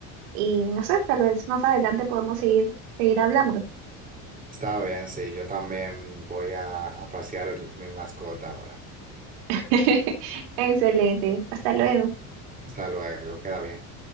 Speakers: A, on the right; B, on the right.
A: y no sé, tal vez más adelante podemos seguir, seguir hablando.
B: Está bien, sí, yo también voy a, a pasear el- mi mascota ahora.
A: <laughs> Excelente, hasta luego.
B: Hasta luego, queda bien.